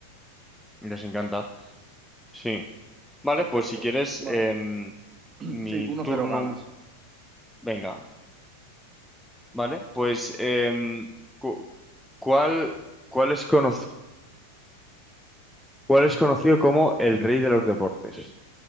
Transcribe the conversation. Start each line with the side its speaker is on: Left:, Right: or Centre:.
Centre: les encanta. Sí, vale,
Right: Perfecto.
Centre: pues si quieres,
Right: Vale.
Centre: em,
Right: <clears throat>
Centre: mi
Right: Sí, uno
Centre: turno,
Right: cero ganas.
Centre: un- venga, vale, pues em, cu- ¿cuál, cuál es cono- cuál es conocido como el rey de los deportes?